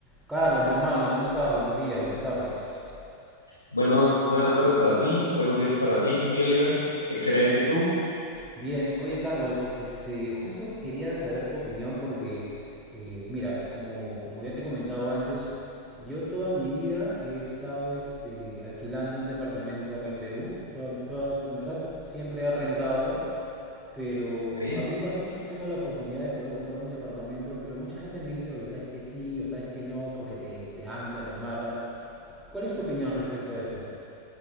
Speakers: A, in the centre; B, on the left.
A: Carlos, mi hermano, ¿cómo estás? Buenos días, buenas tardes.
B: Buenos, buenas tardes para ti, buenos días para mí, mi Oliver. Excelente, ¿y tú?
A: Bien, oye Carlos, este, justo quería saber tu opinión porque, eh, mira, como, como ya te he comentado antes, yo toda mi vida he estado este, alquilando un departamento acá en Perú. Toda- toda- en verdad siempre he rentado, pero
B: Ok.
A: ahorita justo tengo la oportunidad de poder comprarme un departamento, pero mucha gente me dice, oye, ¿sabes que sí o sabes que no? Porque te, te ancla, te amarra. ¿Cuál es tu opinión respecto a eso?